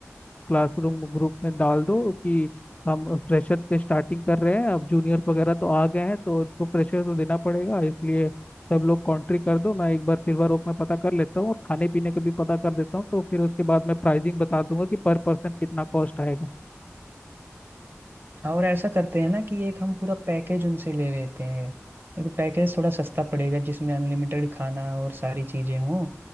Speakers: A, on the left (about 30°); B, on the right (about 50°).
A: क्लासरूम ग्रुप में डाल दो कि हम फ्रेशर से स्टार्टिंग कर रहे हैं अब जूनियर्स वगैरह तो आ गए हैं तो उनको फ्रेशर तो देना पड़ेगा इसलिए सब लोग कॉन्ट्री कर दो मैं एक बार सिल्वर ओक में पता कर लेता हूँ और खाने पीने का भी पता कर देता हूँ तो फिर उसके बाद मैं प्राइसिंग बता दूंगा कि पर पर्सन कितना कॉस्ट आएगा
B: हाँ, और ऐसा करते हैं ना कि एक हम पूरा पैकेज उनसे ले लेते हैं एक पैकेज थोड़ा सस्ता पड़ेगा जिसमें अनलिमिटेड खाना और सारी चीजें हों